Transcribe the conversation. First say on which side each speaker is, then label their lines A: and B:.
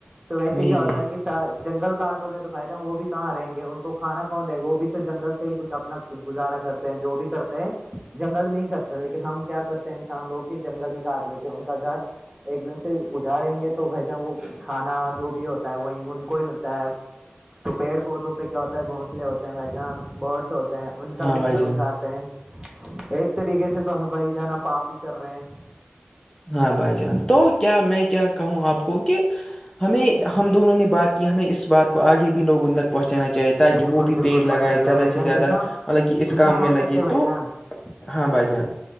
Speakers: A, on the right; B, on the left.
A: تو ویسے
B: نہیں
A: کیا ہوتا
B: نہیں
A: ہے کہ سا جنگل کاٹو گے تو بھائی جان وہ بھی کہاں رہیں گے ان کو کھانا کون دیں گا وہ بھی تو جنگل سے ہی کچھ اپنا کچھ گزارا کرتے ہیں جو بھی کرتے ہیں جنگل میں ہی کرتے ہیں لیکن ہم کیا کرتے ہیں انسان لوگ جنگل ہی کاٹ لیتے ہیں ان کا گھر ایک دم سے گزاریں گے تو بھائی جان وہ کھانا جو بھی ہوتا ہے وہی ان کو ہی ملتا ہے تو پیڑ پودوں پہ کیا ہوتا ہے گھونسلے ہوتے ہیں وہ جہاں برڈس ہوتے ہیں ان کا
B: ہاں
A: بھی
B: بھائی
A: گھر
B: جان
A: اجارتے ہیں ایک طریقے سے تو بھائی جانا پاپ ہی کر رہے ہیں <inaudible>
B: ہاں بھائی جان تو کیا میں کیا کہوں آپ کو کہ ہمیں ہم دونوں نے بات کی ہمیں اس بات کو آگے بھی لوگ ان تک پہنچانا چاہے تاکہ
A: بالکل
B: وہ بھی
A: بالکل
B: پیڑ لگائے
A: ماشاء اللہ
B: زیادہ
A: بھائی
B: سے
A: جان
B: زیادہ
A: جتنا
B: مطلب کہ اس
A: جتنا
B: کام میں
A: ہو
B: لگے
A: سکے بھائی
B: تو
A: جان <unintelligible>
B: ہاں بھائی جان